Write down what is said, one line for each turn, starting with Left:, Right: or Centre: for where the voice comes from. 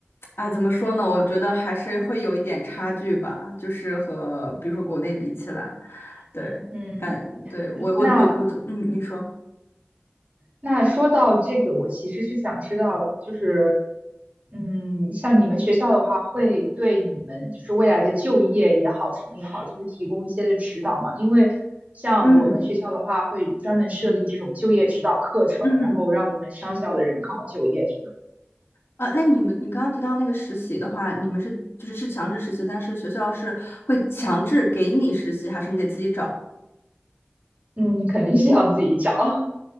Left: 哎，怎么说呢？我觉得还是会有一点差距吧，就是和比如说国内比起来，对，
Right: 嗯。
Left: 感，对，我我我我就嗯，
Right: 那
Left: 你说，
Right: 那说到这个，我其实是想知道，就是，嗯，像你们学校的话，会对你们就是未来的就业也好，什么也好，就是提供一些的指导嘛？因为像我们学校的话，
Left: 嗯
Right: 会专门设立这种就业指导课程，
Left: 嗯。
Right: 然后让我们商校的人更好就业，这样
Left: 啊，那你们，你刚刚提到那个实习的话，你们是就是是强制实习，但是学校是会强制给你实习，还是你得自己找
Right: 嗯，肯定是要自己找。<laughs>